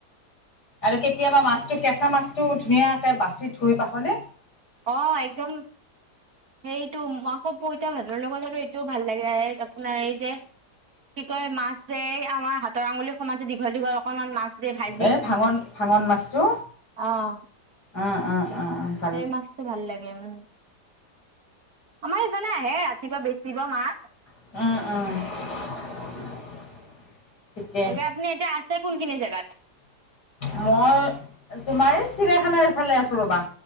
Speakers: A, on the left; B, on the right.
A: আৰু কেতিয়াবা মাছটো, কেঁচা মাছটো ধুনীয়াকে বাছি ধুই পাখলি
B: অ একদম সেইটো, আকৌ পইতা ভাতৰ লগত আৰু এইটোও ভাল লাগে। আপোনাৰ এই যে কি কয়, মাছ যে আমাৰ হাতৰ আঙুলি সমান যে দীঘল দীঘল অকমান মাছ যে ভাই
A: এই ভাঙন ভাঙন মাছটো।
B: অ'
A: অঁ অঁ, অ অ।
B: সেই মাছটো ভাল লাগে, উম। আমাৰ এইফালে আহে ৰাতিপুৱা বেচিব মাছ।
A: উম উম। ঠিকেই
B: বাকী আপুনি এতিয়া আছে কোনখিনি জেগাত?
A: মই, তোমাৰ এই চিৰায়াখানাৰ এইফালে আছোঁ ৰ'বা।